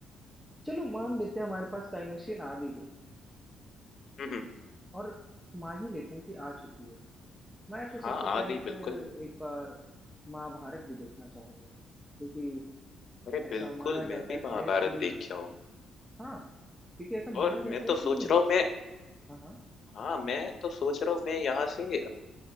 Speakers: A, in the centre; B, on the left (about 55°).
A: चलो मान लेते हैं हमारे पास टाइम मशीन आ भी गई
B: हुँ, हुँ।
A: और मान ही लेते हैं कि आ चुकी है मैं
B: हाँ,
A: तो सबसे
B: आ
A: पहले
B: गई बिल्कुल।
A: फिर एक बार महाभारत भी देखना चाहूंगा क्योंकि
B: अरे
A: ऐसा
B: बिल्कुल,
A: माना
B: मैं
A: जाता
B: भी महाभारत
A: है कि
B: देख के आऊँ।
A: हाँ क्योंकि ऐसा माना
B: और
A: जाता
B: मैं
A: है
B: तो
A: कि
B: सोच
A: ये
B: रहा हूँ मैं
A: हाँ हाँ
B: हाँ मैं तो सोच रहा हूँ मैं यहाँ से